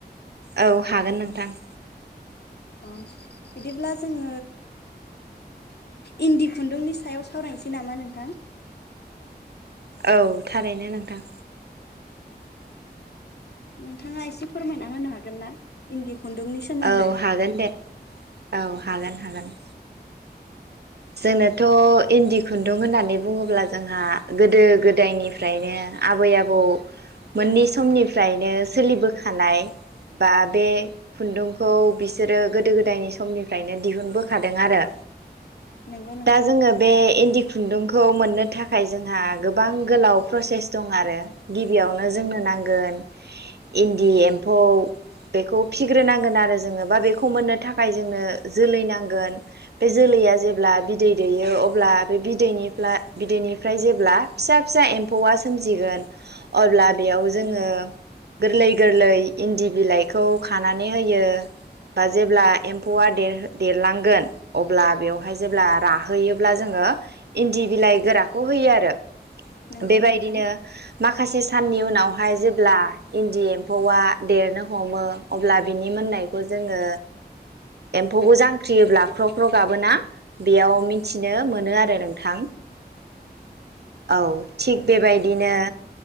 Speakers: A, on the right (about 70°); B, on the left (about 75°).
A: औ हागोन नोंथां।
B: अ बिदिब्ला जोङो इन्दि खुन्दुंनि सायाव सावरायनोसै नामा नोंथां?
A: औ थारैनो नोंथां।
B: नोंथाङा एसे फोरमायना होनो हागोन ना? इन्दि खुन्दुंनि सोमोन्दै
A: औ हागोन दे औ हागोन हागोन। जोंनोथ' इन्दि खुन्दुं होननानै बुङोब्ला जोंहा गोदो गोदायनिफ्रायनो आबै आबौ मोननै समनि फ्रायनो सोलिबोखानाय बा बे खुन्दुंखौ बिसोरो गोदो गोदायनि समनिफ्रायनो दिहुनबोखादों आरो।
B: नंगौ नोंथां
A: दा जोङो बे इन्दि। खुन्दुंखौ मोननो थाखाय जोंहा गोबां गोलाव प्रसेस दं आरो गिब गबियावनो जोंनो नांगोन। इन्दि एम्फौ बेखौ फिग्रोनांगोन आरो जोङो बा बेखौ मोननो थाखाय जोंनो जोलै नांगोन। बे जोलैया जेब्ला बिदै दैयो अब्लाबे बेदैनि बिदैनिफ्राय जेब्ला फिसा फिसा एम्फौआ सोमजिगोन अब्ला। बेयाव जोङो।
B: नंगौ
A: गोरलै गोरलै इन्दि बिलाइखौ खानानै होयो बा जेब्ला एम्फौआ देर देरलांगोन। अब्ला बेवहाय जेब्ला राहोयोब्ला जोङो इन्दि बिलाइ गोराखौ होयो आरो।
B: नंगौ
A: बेबायदिनो
B: नोंथां
A: माखासे साननि उनावहाय जेब्ला इन्दि एम्फौआ देरनो हमो अब्ला बिनि मोननायखौ जोङो एम्फौखौ जांख्रियोब्ला क्रख क्र गाबोना बेयाव मिथिनो मोन मोनो आरो नोंथां औ थिग बेबायदिनो